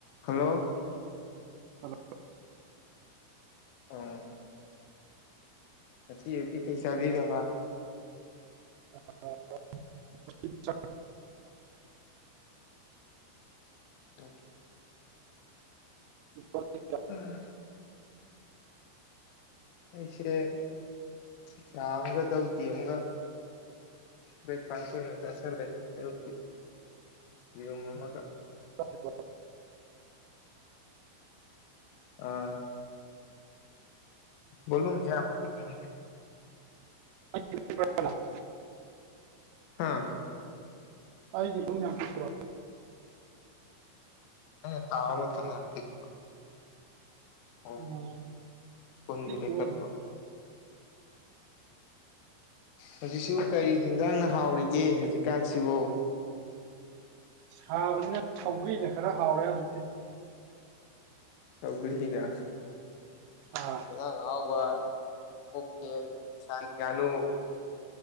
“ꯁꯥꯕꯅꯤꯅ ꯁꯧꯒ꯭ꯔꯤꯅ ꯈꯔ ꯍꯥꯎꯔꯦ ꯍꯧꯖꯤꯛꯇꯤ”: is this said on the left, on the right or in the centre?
Right